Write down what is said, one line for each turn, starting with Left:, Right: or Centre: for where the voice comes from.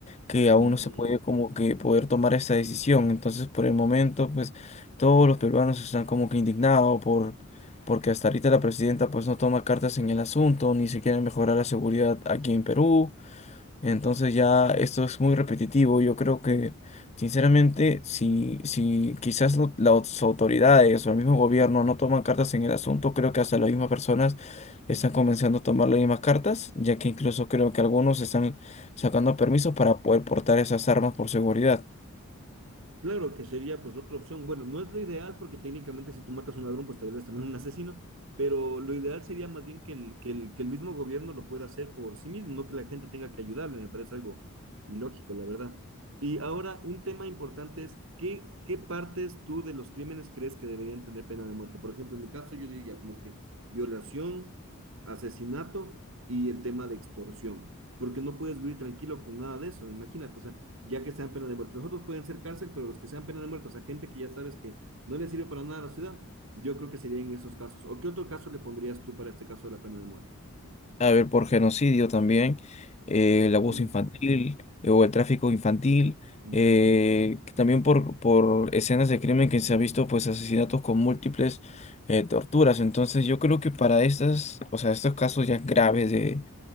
Left: que
Right: Mm.
Left: aún no se puede como que poder tomar esa decisión. Entonces, por el momento, pues todos los peruanos están como que indignados por, porque hasta ahorita la presidenta pues no toma cartas en el asunto, ni siquiera mejorar la seguridad aquí en Perú. Entonces ya esto es muy repetitivo. Yo creo que, sinceramente, si, si quizás lo- las autoridades o el mismo gobierno no toman cartas en el asunto, creo que hasta las mismas personas están comenzando a tomar las mismas cartas, ya que incluso creo que algunos están sacando permisos para poder portar esas armas por seguridad.
Right: Claro que sería pues otra opción. Bueno, no es lo ideal porque técnicamente si tú matas a un ladrón pues te vuelves también un asesino, pero lo ideal sería más bien que el, que el, que el mismo gobierno lo pueda hacer por sí mismo, no que la gente tenga que ayudarle, me parece algo ilógico, la verdad. Y ahora un tema importante es, ¿qué, qué partes tú de los crímenes crees que deberían tener pena de muerte? Por ejemplo, en mi caso yo diría como que violación, asesinato y el tema de extorsión, porque no puedes vivir tranquilo con nada de eso, imagínate, o sea, ya que sean penas de muerte. Los otros pueden ser cárcel, pero los que sean penas de muerte, o sea, gente que ya sabes que no le sirve para nada a la ciudad, yo creo que sería en esos casos. ¿O qué otro caso le pondrías tú para este caso de la pena de muerte?
Left: a ver por genocidio también, eh, el abuso
Right: Mm,
Left: infantil eh, o el tráfico infantil,
Right: ujú,
Left: eh, que también por, por escenas de crimen que se ha visto pues asesinatos con múltiples eh, torturas. Entonces yo creo que para estas, o sea, estos casos ya graves de